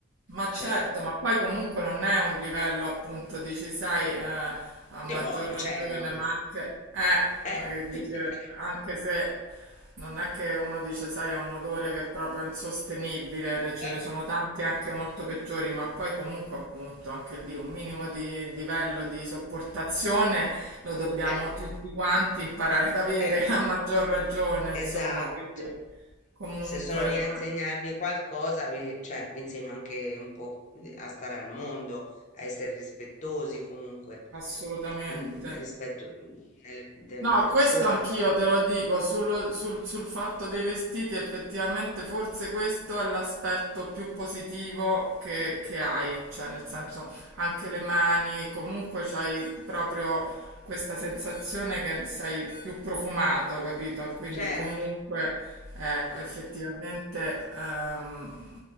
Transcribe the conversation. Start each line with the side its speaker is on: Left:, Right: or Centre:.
Right: Ma
Left: Cioè,
Right: certo, ma poi comunque non è un livello appunto, dici, sai, eh, a maggior
Left: Dio buono,
Right: ragione,
Left: Chernobyl.
Right: ma anche, eh,
Left: Eh.
Right: ma che dice,
Left: <laughs>
Right: anche se non è che uno dice, sai, ha un odore che è proprio insostenibile, ne- ce
Left: eh,
Right: ne sono tanti anche molto peggiori, ma poi comunque appunto anche lì un minimo di livello di sopportazione lo dobbiamo
Left: eh,
Right: tutti quanti imparare ad avere,
Left: eh.
Right: <laughs> a maggior ragione,
Left: Esatto.
Right: insomma, quindi comunque,
Left: Se sono lì
Right: eh,
Left: a insegnarvi qualcosa, vi, cioè, vi insegno anche un po' a stare al mondo, a essere rispettosi comunque,
Right: assolutamente.
Left: mm, rispetto mm, delle, delle
Right: No,
Left: persone.
Right: questo anch'io te lo dico, sullo- sul, sul fatto dei vestiti effettivamente forse questo è l'aspetto più positivo che, che hai, cioè nel senso anche le mani, comunque c'hai proprio questa sensazione che sei più profumato, capito? Quindi
Left: Certo.
Right: comunque è
Left: Ah,
Right: effettivamente ehm,